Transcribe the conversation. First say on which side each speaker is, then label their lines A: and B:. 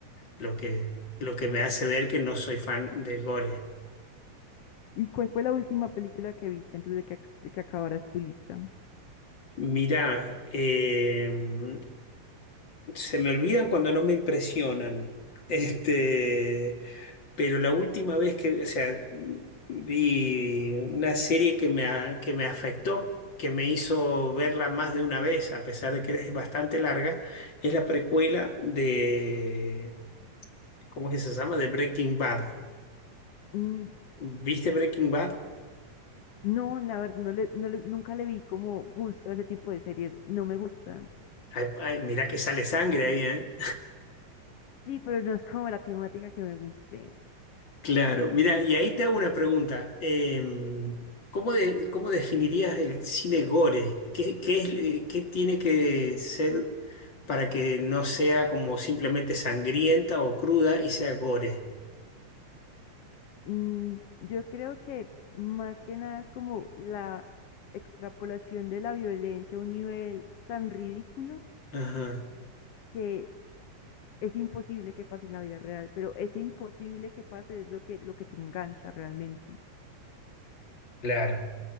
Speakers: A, on the left; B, on the left.
A: lo que, lo que me hace ver que no soy fan del gore.
B: y cuál fue la última película que viste antes de que, ac- de que acabaras tu lista?
A: Mira, em, Se me olvidan cuando no me impresionan. Este, pero la última vez que, o sea, vi una serie que me, a- que me afectó, que me hizo verla más de una vez, a pesar de que es bastante larga, es la precuela de, ¿cómo es que se llama? De Breaking Bad.
B: Mm,
A: ¿Viste Breaking Bad?
B: No, la verdad, no le, no le- nunca le vi como gusto a ese tipo de series. No me gustan.
A: Ay, ay, mirá que sale sangre ahí, ¿eh?
B: Sí, pero no es como la temática que me guste.
A: Claro, mira, y ahí te hago una pregunta. Em, ¿cómo, de- cómo definirías el cine gore? ¿Qué, qué es, eh, qué tiene que ser para que no sea como simplemente sangrienta o cruda y sea gore?
B: Mm, yo creo que más que nada es como la extrapolación de la violencia a un nivel tan ridículo
A: Ajá,
B: que es imposible que pase en la vida real, pero ese imposible que pase es lo que, lo que te engancha realmente.
A: claro,